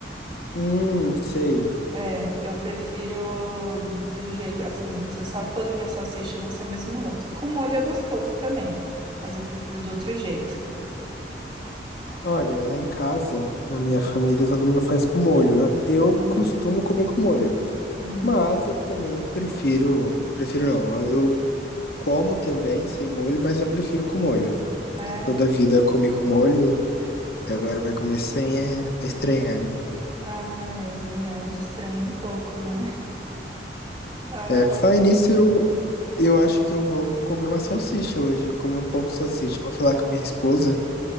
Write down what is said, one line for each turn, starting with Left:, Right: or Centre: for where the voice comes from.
Left: Hum, sei.
Right: É, eu prefiro do jeito assim, você só cozinha a salsicha e você mesmo monta. Com molho é gostoso também, mas eu prefiro do outro jeito.
Left: Olha, lá em casa, na minha família, todo mundo faz com molho. Eu, eu
Right: Uhum,
Left: costumo comer com molho.
Right: uhum.
Left: Mas eu também prefiro. Prefiro não. Eu como também sem molho, mas eu prefiro com molho.
Right: É,
Left: Toda a vida eu comi com molho, e agora vai comer sem, é vai estranhar, né?
Right: ah, é verdade, estranha um pouco, né? Ai,
Left: É, por falar
Right: ai.
Left: nisso, eu, eu acho que eu vou comer uma salsicha hoje, comer um pão com salsicha. Eu Vou falar com a minha esposa,